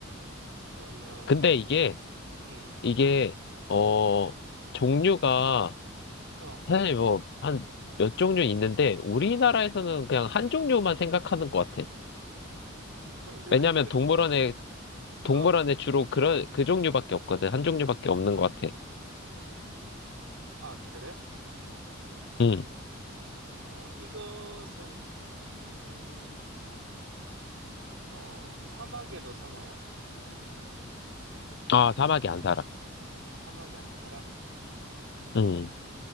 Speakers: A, on the right (about 75°); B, on the left (about 55°).
A: 그러면,
B: 근데 이게
A: 응,
B: 이게 어 종류가
A: 어,
B: 사실 뭐 한 몇 종류 있는데 우리나라에서는 그냥 한 종류만 생각하는 것 같아.
A: <laughs> 그럼 이유가
B: 왜냐하면
A: 있는데,
B: 동물원에 동물원에
A: 어.
B: 주로 그런, 그 종류밖에 없거든. 한 종류밖에 없는 것 같아.
A: 아, 그래?
B: 응.
A: 어, 이것은, 음, 어, 사막에도 사나요?
B: 아, 사막에 안 살아.
A: 사막에 안 살아?
B: 응.